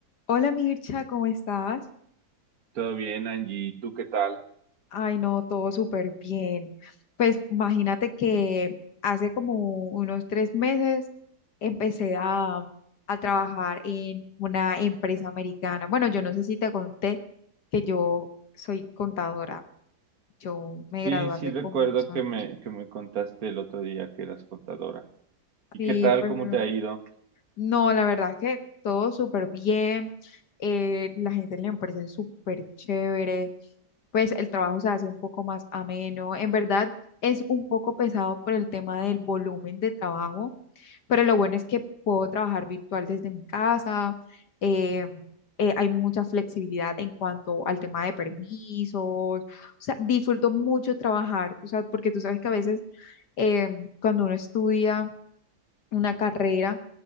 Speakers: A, on the left; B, on the right.
A: Hola Mircha, ¿cómo estás?
B: Todo bien, Angie. ¿Tú qué tal?
A: Ay, no, todo súper bien. Pues imagínate que hace como unos tres meses empecé a, a trabajar en una empresa americana. Bueno, yo no sé si te conté que yo soy contadora. Yo me
B: Sí,
A: gradué
B: sí
A: hace
B: recuerdo
A: como unos años.
B: que me, que me contaste el otro día que eras contadora. ¿Y
A: Sí,
B: qué tal?
A: pues
B: ¿Cómo te ha ido?
A: No, la verdad que todo súper bien. eh, la gente en la empresa es súper chévere. Pues el trabajo se hace un poco más ameno. En verdad es un poco pesado por el tema del volumen de trabajo, pero lo bueno es que puedo trabajar virtual desde mi casa. eh, eh, hay mucha flexibilidad en cuanto al tema de permisos. O sea, disfruto mucho trabajar. O sea, porque tú sabes que a veces em, cuando uno estudia una carrera,